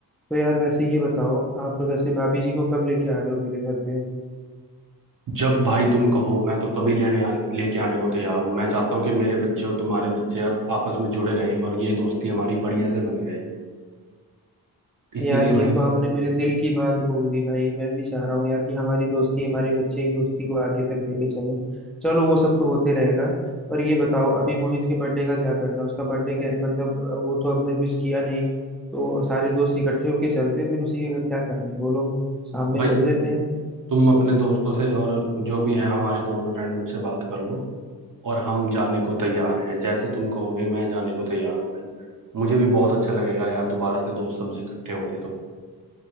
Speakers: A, in the centre; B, on the right (about 50°).
A: तो यार वैसे ये बताओ आप वैसे भाभी जी को कब लेके आ रहे हो मेरे घर पे
B: जब भाई तुम कहो मैं तो तभी लेने आ, लेके आने को तैयार हूँ मैं चाहता हूँ कि मेरे बच्चे और तुम्हारे बच्चे यार आपस में जुड़े रहें और ये दोस्ती हमारी बढ़िया से बनी रहे इसीलिए
A: यार ये
B: भाई
A: तो आपने मेरे दिल की बात बोल दी भाई मैं भी चाह रहा हूँ यार कि हमारी दोस्ती हमारे बच्चे ही दोस्ती को आगे तक लेके चले चलो वो सब तो होते रहेगा पर ये बताओ अभी मोहित के बर्थडे का क्या करना है उसका बर्थडे क्या मतलब अ, वो तो हमने विश किया नहीं तो सारे दोस्त इकट्ठे होके चलते हैं फिर उसी के घर क्या करना है बोलो शाम में
B: भाई
A: चल लेते हैं
B: तुम अपने दोस्तों से और जो भी हैं हमारे कॉमन फ्रेंड उनसे बात कर लो और हम जाने को तैयार हैं जैसे तुम कहोगे मैं जाने को तैयार हूँ भाई मुझे भी बहुत अच्छा लगेगा यार दोबारा से दोस्त सब्जी इकट्ठे होंगे तो